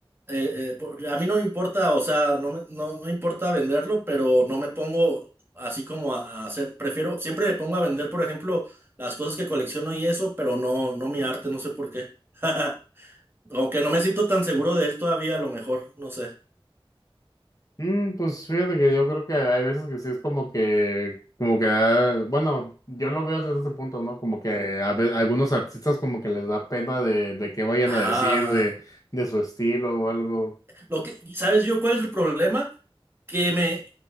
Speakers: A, on the right (about 25°); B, on the left (about 35°).
A: Eh, eh, por- a mí no me importa, o sea, no me, no, no me importa venderlo, pero no me pongo así como a, a hacer, prefiero, siempre me pongo a vender, por ejemplo, las cosas que colecciono y eso, pero no, no mi arte, no sé por qué. <laughs> Aunque no me siento tan seguro de él todavía, a lo mejor, no sé.
B: Mm, pues fíjate que yo creo que hay veces que sí es como que, como que da- bueno, yo lo veo desde ese punto, ¿no? Como que a ve- algunos artistas como que les da pena de, de qué vayan
A: Ajá.
B: a decir de, de su estilo o algo.
A: Lo que, ¿sabes yo cuál es el problema? que me